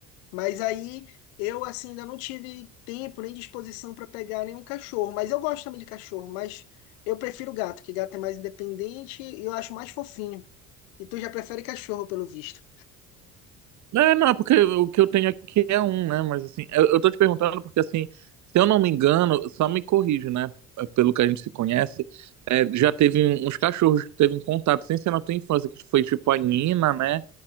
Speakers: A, on the left; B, on the right.
A: Mas aí eu, assim, ainda não tive tempo nem disposição para pegar nenhum cachorro. Mas eu gosto também de cachorro, mas eu prefiro gato, que gato é mais independente e eu acho mais fofinho. E tu já prefere cachorro, pelo visto.
B: É, não, porque o que eu tenho aqui é um, né? Mas assim, eu, eu tô te perguntando porque assim, se eu não me engano, só me corrijo, né? eh, Pelo que a gente se conhece, eh, já teve um- uns cachorros que teve um contato, sem ser na tua infância, que foi tipo a Nina, né?